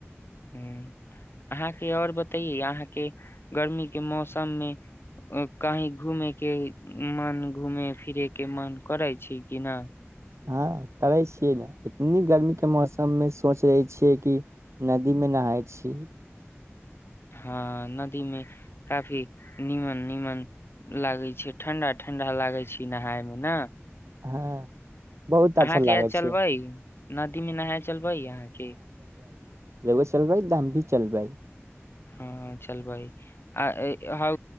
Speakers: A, on the left (about 55°); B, on the right (about 75°).
A: ह अहाँके आओर बतैए अहाँके गर्मी के मौसममे कही घूमे के मन घूमे फिरेके मन करै छी कि नहि
B: हँ करै छियै ने इतनी गर्मी के मौसम मे सोच रहे छियै कि नदी मे नहााय छीिय
A: हँ नदी मे काफी नीमन नीमन लागै छै ठंडा ठंडा लागै छै नहाायमे ने
B: हँ बहुत अच्छा
A: अहाँके
B: लागे
A: आ चलबै
B: छै
A: नदीमे नहाय चलबै अहाँके
B: रगो चलबै दाम भी चलबै
A: हँ चल भइ आ हा